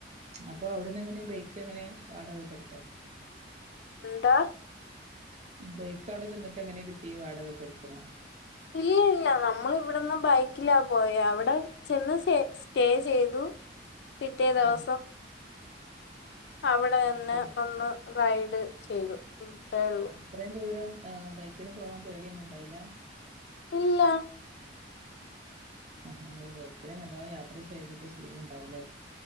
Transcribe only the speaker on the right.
അപ്പൊ അവിടുന്ന് എങ്ങനെ ബൈക്ക് എങ്ങനെ വാടകക്ക് എടുത്തോ
ബൈക്ക് അവിടെ ചെന്നിട്ട് എങ്ങനെ കിട്ടി വാടകക്ക് എടുക്കണോ
ആഹ്
ആ
ശരി
ഇത്രം ദൂരം ഏഹ് ബൈക്കിന് പോകാൻ പേടിയൊന്നും ഉണ്ടായില്ല
ഓഹ് ബൈക്കില് നല്ലോല യാത്ര ചെയ്തിട്ട് ശീലം ഉണ്ടാവൂലേ